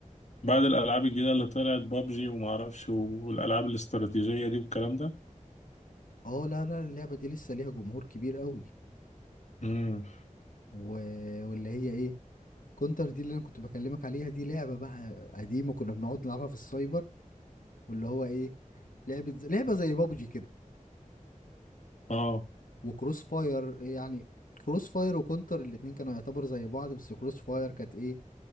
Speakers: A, on the left (about 60°); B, on the left (about 85°).
A: بعد الالعاب الجديده اللي طلعت بابجي وما اعرفش والالعاب الاستراتيجيه دي والكلام ده
B: اه لا لا اللعبة دي لسه ليها جمهور كبير قوي
A: امم
B: و... واللي هي ايه كونتر دي اللي انا كنت بكلمك عليها دي لعبة بقى قديمة كنا بنقعد نلعبها في السايبر واللي هو ايه لعبة ز- لعبة زي بابجي كده
A: اه
B: وكروس فاير يعني كروس فاير وكونتر الاتنين كانوا يعتبر زي بعض بس كروس فاير كانت ايه